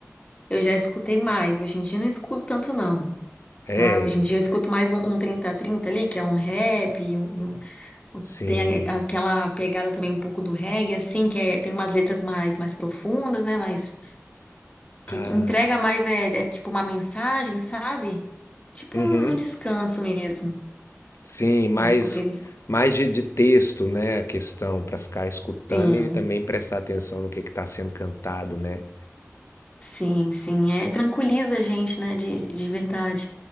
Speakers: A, on the left; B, on the left.
A: Eu já escutei mais, hoje em dia eu não escuto tanto não,
B: É,
A: tá? Hoje em dia eu escuto mais um, um trinta a trinta ali, que é um rap, e um, e um- um-
B: sim.
A: tem a- aquela pegada também um pouco do reggae, assim, que é- tem umas letras mais, mais profundas, né? Mais
B: Ah,
A: Que que entrega mais é, é tipo uma mensagem, sabe? Tipo
B: uhum.
A: um, um descanso mesmo.
B: Sim, mais
A: Já escutei. ele.
B: mais de, de texto, né, a questão para ficar escutando
A: Sim,
B: e também prestar atenção no que está sendo cantado, né?
A: sim, sim. É, tranquiliza a gente, né? De, de verdade.